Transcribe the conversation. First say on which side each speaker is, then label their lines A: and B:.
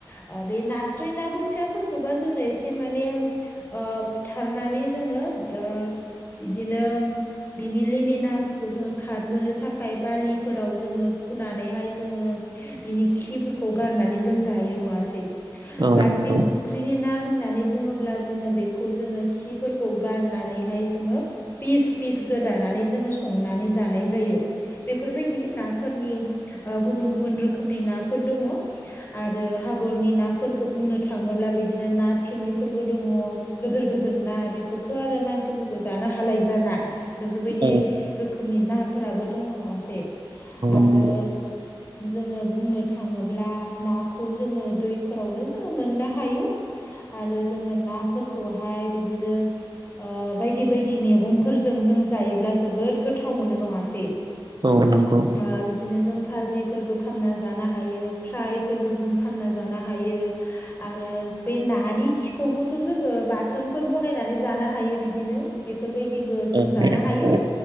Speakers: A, on the left; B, on the right.
A: ओ बे नास्राय नाबो खोथियाफोरखौबा जोङो एसे माने ओ फुथारनानै जोङो ओ बिदिनो बिनि लिमिनाफोरखौ जोङो खारहोनो थाखाय बालिफोराव जोङो हुनानैहाय जोङो बिनि खिफोरखौ गारनानै जों जायो नङासै।
B: औ
A: बाट
B: नंगौ।
A: बे फुख्रिनि ना होननानै बुङोब्ला जोङो बेखौ जोङो खिफोरखौ खौ गारनानैहाय जोङो फिस फिस गोदानानै जोङो संनानै जानाय जायो। बेफोरबायदि नाफोरनि ओ गुबुन गुबुन रोखोमनि नाफोर दङ। आरो हागरनि नाफोरखौ बुंनो थाङोब्ला बिदिनो ना थिमिफोरबो दङ गिदिर गिदिर ना बेफोरथ' आरो मानसि खौ जानो हालायग्रा ना बेफोरबायदि
B: औ
A: रोखोमनि नाफोराबो दङ नङसे आरो
B: नंगौ
A: जोङो बुंनो थाङोब्ला नाखौ जोङो दैफोरावनो जों मोननो हायो आरो जोङो नाफोरखौहाय बिदिनो ओ बायदि बायदि मैगंफोरजों जों जायोब्ला जोबोद गोथाव मोनो नङासै।
B: औ नंगौ।
A: ओ बिदिनो जों भाजिफोरबो खामना जानो हायो फ्रायफोरबो जों खामना जानो हायो। आरो बे नानि खिखौबोथ' जोङो बाथोनफोर बनायनानै जानो हायो बिदिनो बेफोरबायदिबो
B: औ
A: जों जानो
B: नंगौ
A: हायो।
B: औ